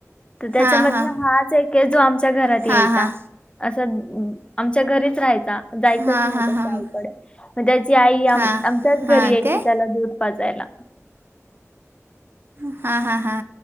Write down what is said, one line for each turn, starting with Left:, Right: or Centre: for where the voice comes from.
Left: तर त्याच्यामधन
Right: हां हां
Left: हाच एके. जो आमच्या घरात
Right: हां
Left: यायचा.
Right: हां
Left: असं आमच्या घरीच राहायचा. जायचच
Right: हां
Left: नाही
Right: हां
Left: त्याच्या
Right: हां
Left: आईकडे. मग त्याची आई
Right: हां
Left: आमच्याच
Right: हां
Left: घरी यायची.
Right: काय
Left: त्याला दूध पाजायला.
Right: हा, हा, हा.